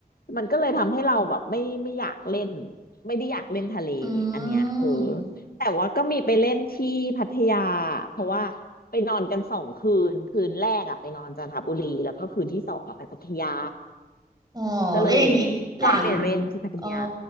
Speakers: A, on the left (about 65°); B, on the right (about 25°).
A: มันก็เลยทำให้เราแบบไม่ไม่อยากเล่นไม่ได้อยากเล่นทะเลอันเนี้ยเออ
B: อืม
A: แต่ว่าก็มีไปเล่นที่พัทยาเพราะว่าไปนอนกันสองคืนคืนแรกอ่ะไปนอนจันทบุรีแล้วก็คืนที่สองอะไปพัทยา
B: อ๋อแล้วอย่างนี้หลาน
A: ก็เลยได้ไปเล่นที่พัทยา
B: อ๋อ